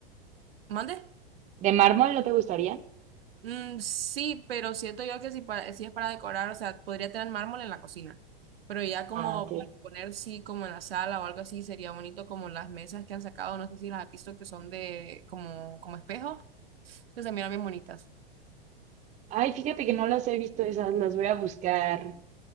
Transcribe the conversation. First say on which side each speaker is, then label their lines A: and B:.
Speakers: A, on the right; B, on the right.
A: ¿Mande?
B: ¿De mármol no te gustarían?
A: Mm, sí, pero siento yo que si, pa- si es para decorar, o sea, podría tener mármol en la cocina, pero ya como
B: Ah, ok.
A: para poner, sí, como en la sala o algo así, sería bonito como las mesas que han sacado, no sé si las has visto que son de como, como espejos, que se miran bien bonitas.
B: Ay, fíjate que no las he visto esas, las voy a buscar